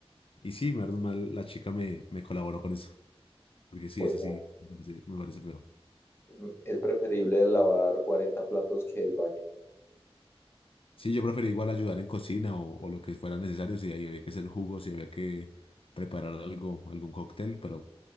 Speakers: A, on the left; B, on the left.
A: Y sí, menos mal, la chica me, me colaboró con eso, porque sí,
B: uy,
A: eso
B: no.
A: sí, me parece, me parece feo.
B: Es es preferible lavar 40 platos que el baño.
A: Sí, yo prefería igual ayudar en cocina o, o lo que fuera necesario, si ahí había que hacer jugos, si había que preparar algo, algún cóctel, pero